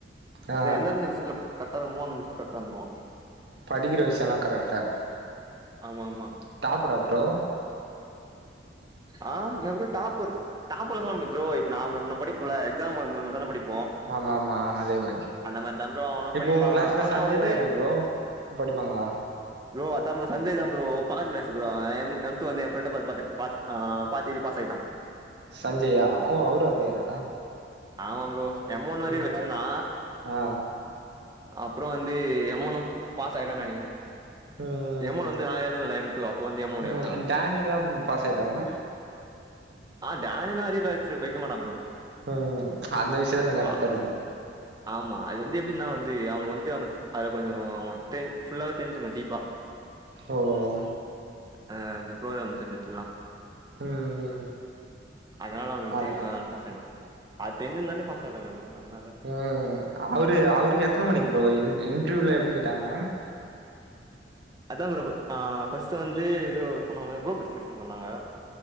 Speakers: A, on the right; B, on the right.
A: ஆ
B: அது எந்தந்த விஷ்த்துல கர்ட்டா ரிமுவான்துஸ் கர்ட்டா வந்துருவா
A: படிக்கிற விஷ்யல்லா கரெக்ட்டா இருக்டு
B: ஆமாமா
A: டாப்புரா ப்ரோ
B: ஆ இன்னா புரோ டாப்பரு டாப்பர் சொல்ல முடிய்து ப்ரோ இப்ப நாம் நம் நம் படிப்புல எக்ஸாம் வரமோது மட்தான படிப்
A: ஆம்மாமா அதே மாரி
B: மாரிதா ப்ரோ அவனு
A: இப்போ
B: படிப்பா
A: உங்
B: ஆனா
A: சஞ்சய்லா
B: வந்து
A: எப்டி ப்ரோ படிப்பாங்ளா
B: ரோ அதா ப்ரோ சஞ்சய் தா ப்ரோ பக்கத்து கிளாஸ் ப்ரோ அவ எம்மு எம் டு வந்து எ ஃப்ரண்ட பா பாத்து பாத் ஆ பாத் எழுதி பாஸ் ஆய்ட்டா.
A: சஞ்ஜையா ஓ அவரு அரியரா
B: ஆமாம் ப்ரோ ஏ முன்னாடியே
A: ம்
B: இத வச்சிர்ந்தா
A: ஆ
B: அப்புறோ வந்து எமொனு பாஸ் ஆயிடுவான் நெனைக்கிறே
A: ம்
B: எமௌன் வந்து நா எதுல்ல எம் டூ அப்ப வந்து எமௌன்
A: ம்
B: எதனா அவ
A: டேனிலா பாஸ் ஆயிட்டாங்களா
B: ஆ டானில்லா அரியர் வச்ரு வெக்க மாட்டா ப்ரோ
A: ம் அந்த விஷயத்துலா கர்ட்டா
B: ஆ
A: இருப்ப
B: ஆமா அது வந்து எப்டின்னா வந்து அவனுக் வந்து அந்த கொ அதுல கொஞ்சோ தெ ஃபுல்லாவே தெர்ஞ்சும்மடீப்பா
A: ஒ ஒ
B: அ இந்த ப்ரோக்ராம் சப்ஜட்ல்லா
A: ம்
B: அதனால அவுனுக்
A: அதா
B: தெரியு அதனால பாசாயிடுவா அது தெர்ஞ்சிருந்தாலே பாஸ் ஆயிட்லால்லா இல்ல ப்ரோ அத்னால
A: அ அவுரு அவுருக் எத்துன மணிக் ப்ரோ இன் இன்ட்ர்யூலா எப்டி கேட்டாங்க
B: அதா ப்ரோ ஆ ஃபர்ஸ்ட் வந்து எதோ சொன்னாங்கள குரூப் டிஸ்கஷன் சொன்னாங்க